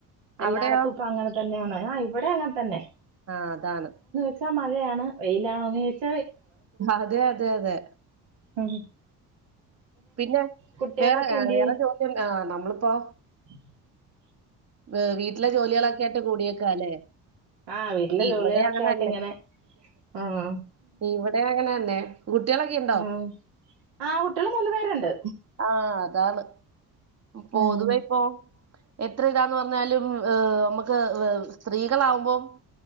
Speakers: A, on the right (about 70°); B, on the right (about 35°).
A: എല്ലായിടത്തും
B: അവിടെയോ
A: ഇപ്പൊ അങ്ങനെ തന്നെയാണ് ആഹ് ഇവിടെ അങ്ങനെ തന്നെ
B: ആഹ് അതാണ്
A: ച്ച മഴയാണ് വെയിലാണോന്ന് ചോദിച്ച
B: അതെ അതെ അതെ
A: ഉം
B: പിന്നെ
A: കുട്ടികളൊക്കെ
B: വേറെ ആഹ്
A: എന്തിയെ
B: വേറെ ജോബുണ്ടോ ആഹ് നമ്മളിപ്പോ
A: <inaudible>
B: വി വീട്ടിലെ ജോലികളൊക്കെ ആയിട്ട് കൂടിയേക്കുവാല്ലേ
A: ആഹ് വീട്ടിലെ
B: ഇവിടെ
A: ജോലികളൊക്കെ
B: അങ്ങനന്നെ
A: ആയിട്ട് ഇങ്ങനെ ആഹ്
B: ഇവിടെ അങ്ങനന്നെ കുട്ടിയോളൊക്കെ എ
A: ഉം ആഹ് കുട്ടികള് മൂന്നു പേര്ണ്ട്
B: ആഹ് അതാണ് പൊതുവെ
A: ഉം
B: ഇപ്പോ എത്രയിതാന്ന് പറഞ്ഞാലും അമ്മക്ക് സ്ത്രീകളാകുമ്പം